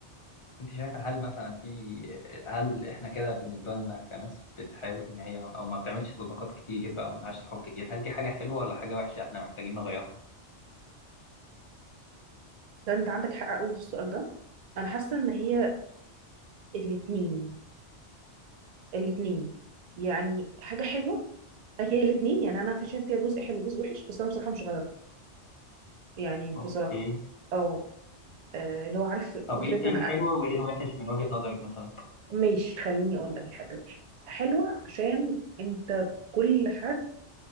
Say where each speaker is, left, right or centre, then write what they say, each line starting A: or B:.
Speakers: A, on the left; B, on the right.
A: انت شايفه هل مثلا في هل احنا كده بالنسبه لنا كناس بتحاول ان هي او ما بتعملش صداقات كتير بقى وما لهاش صحاب كتير هل دي حاجه حلوه ولا حاجه وحشه احنا محتاجين نغيرها
B: فانت عندك حق قوي في السؤال ده انا حاسة ان هي الاتنين الاتنين يعني حاجة حلوة هي الاتنين يعني انا عارفة فيها جزء حلو وجزء وحش بس انا بصراحة مش غيره يعني بصراحة
A: اوكي
B: اه آه، لو عارف
A: طب
B: فكرة
A: ايه إيه
B: انا
A: الحلوه
B: أ-
A: وايه الوحش من وجهه نظرك مثلا
B: ماشي خليني اقول لك الحتة دي حلوة عشان انت كل حد